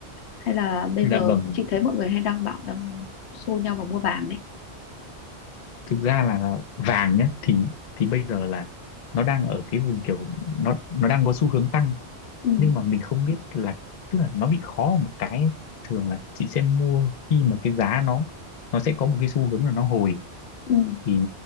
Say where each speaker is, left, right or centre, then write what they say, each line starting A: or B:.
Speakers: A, on the left (about 80°); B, on the left (about 55°).
A: hay là bây
B: là
A: giờ
B: vâng
A: chị thấy mọi người hay đăng bảo đang xô nhau vào mua vàng đấy
B: thực ra là vàng nhá thì thì bây giờ là nó đang ở cái vùng kiểu nó nó đang có xu hướng tăng
A: ừ
B: nhưng mà mình không biết là tức là nó bị khó ở một cái ấy. thường là chị sẽ mua khi mà cái giá nó nó sẽ có một cái xu hướng là nó hồi
A: ừ
B: thì